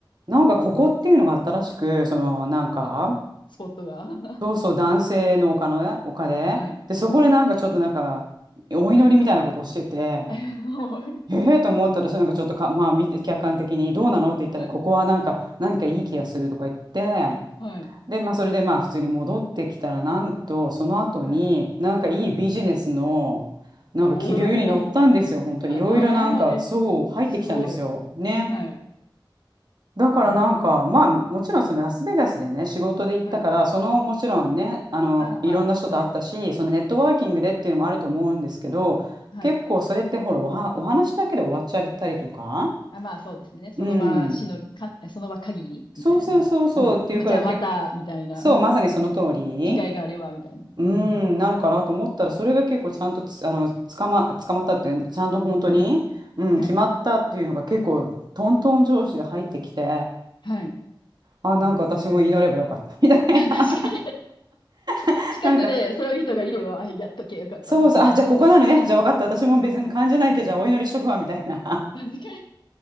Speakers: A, on the right (about 55°); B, on the left (about 65°).
A: なんかここっていうのがあったらしく、
B: あ。はい。
A: そのなんか、
B: あ、スポットが。<laughs>
A: そうそう男性のおのね、おで、
B: はい。
A: で、そこでなんかちょっとなんか、お祈りみたいなことをしてて、
B: <laughs> はい。
A: ええと思ったら、それなんかちょっとか、まあ見て、客観的にどうなのって言ったら、
B: はい。
A: ここはなんか、何かいい気がするとか言って、
B: はい。
A: で、まあそれでまあ普通に戻ってきたら、なんと、その後に、
B: はい。
A: なんかいいビジネスの、
B: はい。
A: なんか気流に乗ったんですよ。
B: おお。
A: 本当いろいろなんか、
B: <laughs> ああ、え、
A: そう、入ってきたんですよ。
B: すごい。
A: ね。
B: はい。
A: だからなんか、
B: えー、
A: まあ、
B: うん。
A: もちろんそのラスベガスでね、仕事で行ったから、
B: はい。
A: そのもちろんね、あの、
B: あ、まあまあ、
A: いろんな人と会ったし、
B: はい。
A: そのネットワーキングでっていうのもあると思うんですけど、
B: うんはい。
A: 結構それってほら、おは、お話だけで終わっちゃったりとか、
B: あ、まあそうですね。その場しの、
A: うん、
B: か、その場限りみたいな。
A: そうそうそうそうっていうから結構、
B: うん。まじゃあまた、みたいな。
A: そう、
B: <laughs>
A: まさにその通り、
B: 機会があれば、みたいな。
A: うん、
B: うん。
A: なのかなと思ったら、それが結構ちゃんとつ、あの、捕ま、捕まったっていう、ちゃんと本当に、
B: うん。
A: うん、
B: はい。
A: 決まったっていうのが結構、トントン上司で入ってきて、
B: はい。
A: あ、なんか私も祈ればよかった。
B: へえ。
A: みたいな。
B: <laughs> 確か
A: <laughs>
B: に <laughs> 近くでそういう人がいれば、
A: なんか、
B: やっとけよかったってなりますね。
A: そうそう。あ、じゃあここなのね。じゃあ分かった。私も別に感じないけど、じゃあお祈りしとくわ。みたいな。
B: <laughs> 確か